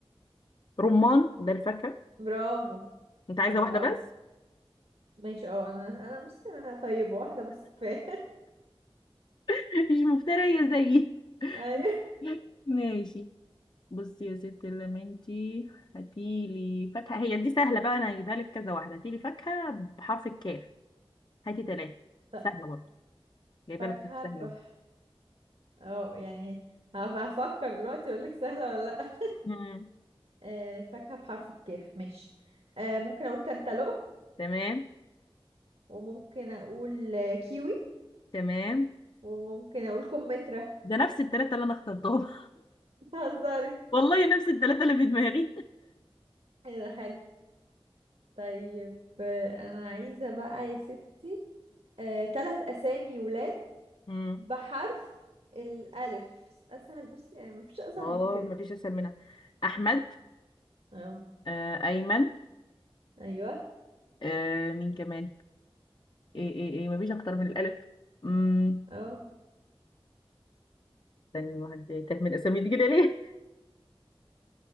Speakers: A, on the left (about 50°); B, on the right (about 85°).
A: رمان ده الفاكهة
B: برافو
A: انت عايزة
B: حلو
A: واحدة
B: قوي
A: بس
B: ماشي اه انا انا بصي انا طيبة واحدة بس كفاية
A: <laughs> مش مفترية زيي
B: <laughs> ايوه
A: <laughs> ماشي بصي يا ستي اللمنتي هاتيلي فاكهة هي دي سهلة بقى انا هجيبها لك كذا واحدة هاتيلي فاكهة بحرف الكاف هاتي ثلاثة
B: طب
A: سهلة برضه جايبة
B: فاكهة
A: لك حاجة سهلة
B: بح
A: أهو.
B: اه يعني هف- هفكر دلوقتي اقول لك سهلة ولا لا
A: مم.
B: آه فاكهة بحرف الكاف ماشي آه ممكن اقول كانتالوب
A: تمام
B: وممكن اقول آه، كيوي
A: تمام
B: وممكن اقول كمثرى
A: ده نفس الثلاثة اللي انا اخترتهم
B: بتهزري
A: والله نفس الثلاثة اللي في دماغي
B: ايه ده حلو طيب آه، انا عايزة بقى يا ست آه، تلات اسامي ولاد
A: امم
B: بحرف الالف اسهل بصي يعني مفيش اسهل
A: اه
B: من كده
A: مفيش اسهل منها احمد
B: اه
A: آه ايمن
B: ايوه
A: آه مين كمان ايه ايه ايه مفيش اكتر من الالف امم
B: اه
A: تاني واحد تاه من الاسامي دي كده ليه